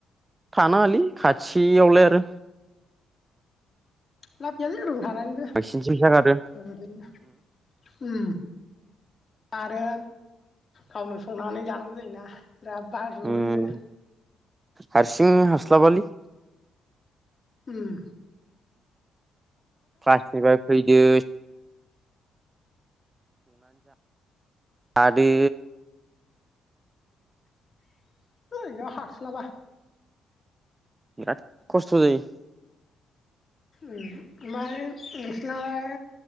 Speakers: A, on the right (about 20°); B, on the left (about 35°).
A: थानाङालै खाथियावलाय आरो
B: लाब गैयालि रुम थानानैबो
A: बांसिनसो फैसा खारो
B: आरो गावनो संनानै जानांगौ जायोना बिराद बारु
A: उम
B: रुनो
A: हारसिं हास्लाबालै
B: ओम
A: क्लासनिफ्राय फैदो आरो
B: <unintelligible> हास्लाबा
A: आरो खस्थ' जायो
B: ओमफ्राय नोंसोरनालाय